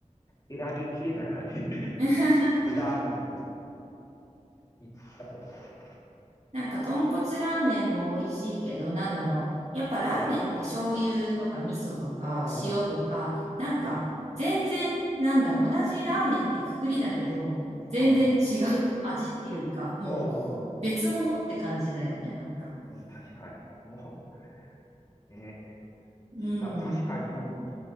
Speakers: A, on the left; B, on the right.
A: え選びきれない、あれ
B: <laughs>
A: <laughs>。ラーメンに行ったとしても。
B: なんか、豚骨ラーメンも美味しいけど、なんだろう。やっぱラーメンって醤油とか味噌とか塩とか、
A: はい。あ
B: なんか、
A: あ、うん、
B: 全然、なんだろう。同じラーメンってくくりだけど、全然違う味っていうか、
A: ああ、
B: もう別物って感じだよね、
A: おー
B: なんか。
A: うん、確かに。もう、ね、
B: うん。
A: 違う。確かに、うん。